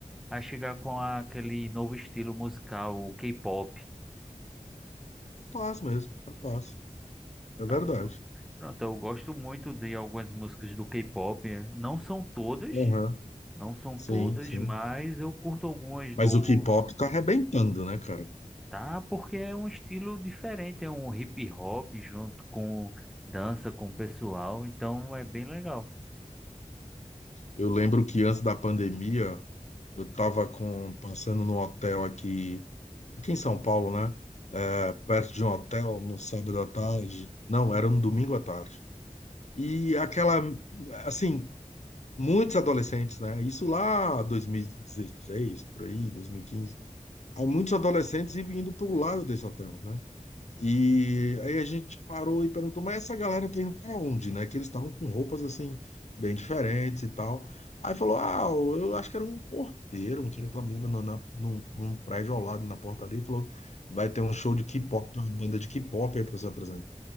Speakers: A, in the centre; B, on the left.
A: a chegar com aquele novo estilo musical, o K-pop.
B: Rapaz mesmo, rapaz. É
A: tá?
B: verdade.
A: Pronto, eu gosto muito de algumas músicas do K-pop. Não são todas,
B: Aham,
A: não são
B: Sim,
A: todas,
B: sim.
A: mas eu curto algumas
B: Mas
A: do.
B: o K-pop tá arrebentando, né, cara?
A: Tá, porque é um estilo diferente, é um hip hop junto com dança com o pessoal, então é bem legal.
B: Eu lembro que antes da pandemia, eu tava com, passando num hotel aqui, aqui em São Paulo, né? É, perto de um hotel, no sábado à tarde. Não, era no domingo à tarde. E aquela, assim, muitos adolescentes, né? Isso lá 2016, por aí, 2015. há muitos adolescentes indo pro lado desse hotel, né? E aí a gente parou e perguntou, mas essa galera tá indo pra onde, né? Que eles estavam com roupas assim, bem diferentes e tal. Aí falou, ah, eu acho que era um porteiro, um cara que trabalhava no- na- num, num prédio ao lado, na portaria, e falou, vai ter um show de K-pop, tem uma banda de K-pop aí pra você apresentar.